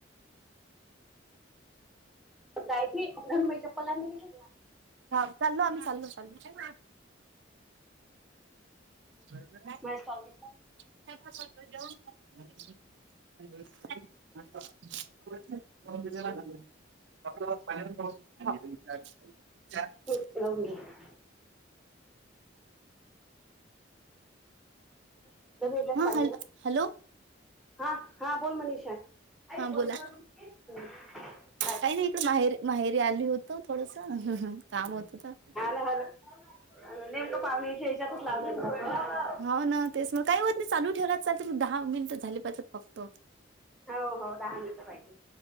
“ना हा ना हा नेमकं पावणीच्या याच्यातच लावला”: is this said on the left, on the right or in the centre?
Centre